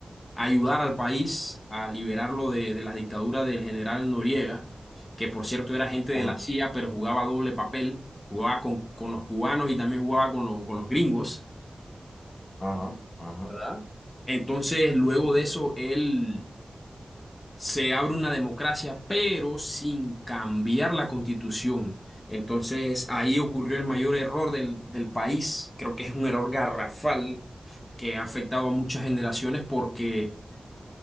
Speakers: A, on the left; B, on the left.
A: ayudar al país a liberarlo de, de la dictadura del general Noriega, que por cierto era gente de
B: Ajá,
A: la CIA, pero jugaba doble papel, jugaba con, con los cubanos y también jugaba con, lo- con los gringos.
B: ajá, ajá.
A: ¿verdad? Entonces, luego
B: Sí, sí.
A: de eso, él se abre una democracia, pero sin cambiar la constitución. Entonces ahí ocurrió el mayor error del, del país. Creo que es un error garrafal que ha afectado a muchas generaciones porque